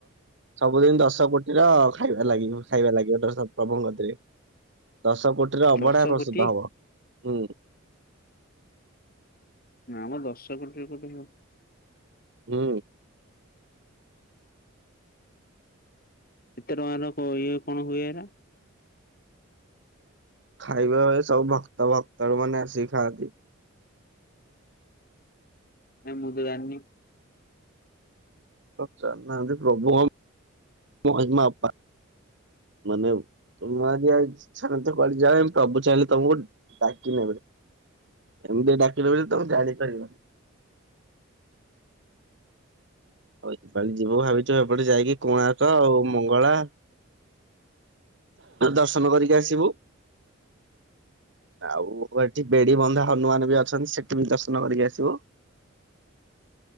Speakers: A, on the right; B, on the left.
A: ସବୁ ଦିନ ଦଶ କୋ ତିର ଖାଇବା ଲଗି ହୁଏ ଖାଇବା ଲାଗିବ ତାଙ୍କ ସ ପ୍ରଭୁଙ୍କ କତିରେ। ଦଶ କୋଟିର ଅବଢ଼ା
B: ଦଶ
A: ପ୍ରସ୍ତୁତ
B: କୋଟି
A: ହବ ହୁଁ।
B: ନାଁ ମ ଦଶ କୋଟିର କୋଉଠି ହୁଏ?
A: ହୁଁ।
B: ଏତେ ଟଙ୍କାର ଇଏ କଣ ହୁଏ ଏରା।
A: ଖାଇବା ବେଳେ ସବୁ ଭକ୍ତ ଭକ୍ତ ର ମାନେ ଆସିିକି ଖାଆନ୍ତି।
B: କାଇଁ ମୁଁ ତ ଜାଣିନି?
A: ଜାଣିନାହାନ୍ତି ପ୍ରଭୁ ମହିମା ଅପାର ମାନେ ତମଜିି ଆଉ ଛାନ ତ କଆ ଯା ପ୍ରଭୁ ଚାହିଁଲେ ତମକୁ ଡାକି ନେବେ। ଏମିତି ଡାକିନେବେ ଯେ ତମେ ଜାଣିପାରିବନି? ଆଉ ଏପାଳି ଯିବୁ ଭାବିଛୁ ଏପଟେ ଯାଇକି କୋଣାର୍କ ଆଉ ମଙ୍ଗଳା ଦର୍ଶନ କରିକି ଆସିବୁ। ଆଉ ଏଠି ବେଡି ବନ୍ଧା ହନୁମାନ ବି ଅଛନ୍ତି ସେଠି ବି ଦର୍ଶନ କରିକି ଆସିବୁ।